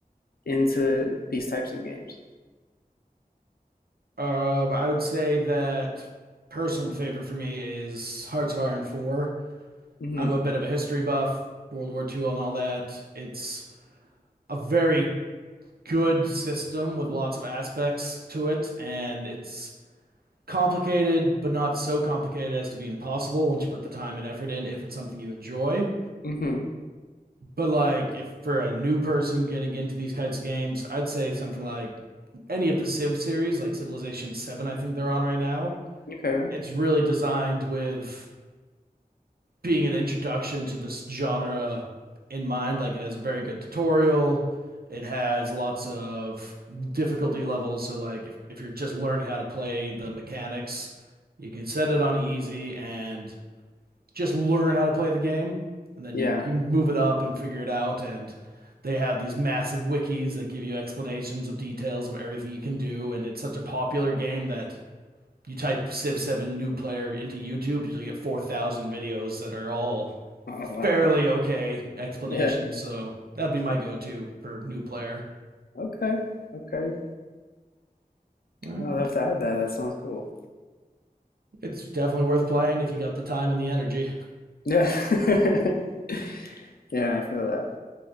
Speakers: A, on the left; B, on the right.
A: into these types of games.
B: Um, I would say that personal favorite for me is Hearts of Iron 4.
A: hmm
B: I'm a bit of a history buff, World War Two and all that. It's a very good system with lots of aspects to it, and it's complicated, but not so complicated as to be impossible once you put the time and effort in if it's something you enjoy.
A: hmm
B: But like if for a new person getting into these kinds of games, I'd say something like any of the Civ series, like Civilization 7, I think they're on right now.
A: Okay.
B: It's really designed with being an introduction to this genre in mind. Like it has a very good tutorial. It has lots of difficulty levels. So like if, if you're just learning how to play the mechanics, you can set it on easy and just learn how to play the game. And then
A: Yeah.
B: you can move it up and figure it out. And they have these massive wikis that give you explanations of details of everything you can do. And it's such a popular game that you type Civ 7 new player into YouTube, you'll get 4,000 videos that are all
A: Oh
B: fairly
A: wow.
B: okay explanations.
A: Yeah.
B: So that'd be my go to for new player.
A: Okay. Okay.
B: Well,
A: You'll have to add that. That sounds cool.
B: it's definitely worth playing if you got the time and the energy.
A: Yeah. <laughs> Yeah, I feel that.